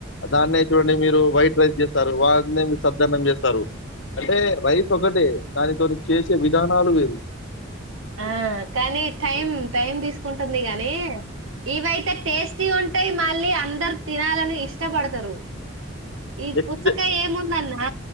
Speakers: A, on the left (about 70°); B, on the right (about 85°).
A: దాన్నే చూడండి మీరు వైట్ రైస్ చేస్తారు వాటినేమో సద్దన్నం చేస్తారు అంటే రైస్ ఒకటే దానితోటి చేసే విధానాలు వేరు
B: ఆ కానీ టైం టైం తీసుకుంటుంది గానీ ఇవయితే టేస్టీ ఉంటాయి మళ్ళీ అందరు తినాలని ఇష్టపడతారు ఈ
A: నెక్స్ట్
B: పుచ్చకాయ
A: డే
B: ఏం ఉందన్నా